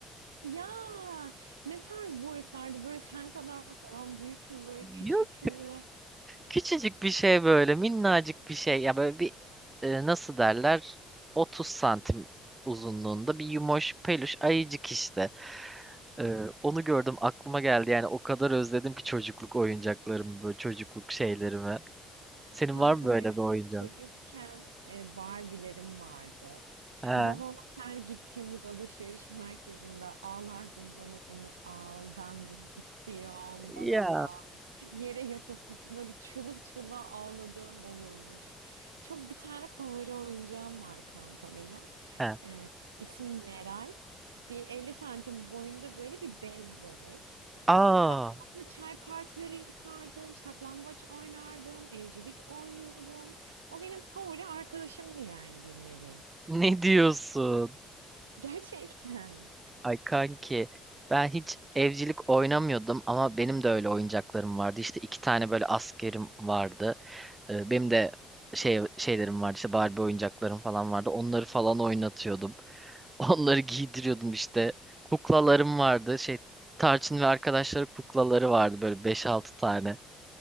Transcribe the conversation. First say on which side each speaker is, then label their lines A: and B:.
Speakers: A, on the right; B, on the right.
A: Ya ne tarz boyutlarda böyle sen kadar falan büyük mü böyle küçük
B: Yok.
A: mü?
B: Küçücük bir şey böyle minnacık bir şey ya böyle bir e, nasıl derler 30 santim uzunluğunda bir yumoş peluş ayıcık işte. E, onu gördüm aklıma geldi yani o kadar özledim ki çocukluk oyuncaklarımı böyle çocukluk şeylerimi. Senin
A: Kanka
B: var mı böyle
A: benim
B: bir oyuncağın?
A: çocukken e, Barbie'lerim vardı.
B: Ha.
A: Babam her gittiğimiz alışveriş merkezinde ağlardım bana bunu al, ben bunu istiyorum,
B: Ya.
A: bana al. Yere yatıp böyle çığlık çığlığa ağladığım olurmuş. Çok bir tane favori oyuncağım var kanka benim.
B: Ha.
A: Ee, ismi Neray. Bir 50 santim boyunda böyle bir bez bebek.
B: Aa,
A: Ben onunla çay partileri yapardım, saklambaç oynardım, evcilik oynuyordum. O benim favori arkadaşımdı yani bir nevi.
B: ne diyorsun?
A: Gerçekten.
B: Ay kanki ben hiç evcilik oynamıyordum ama benim de öyle oyuncaklarım vardı. İşte iki tane böyle askerim vardı. E, benim de şey şeylerim vardı işte Barbie oyuncaklarım falan vardı. Onları falan oynatıyordum. <laughs> Onları giydiriyordum işte. Kuklalarım vardı. Şey Tarçın ve arkadaşları kuklaları vardı böyle beş altı tane.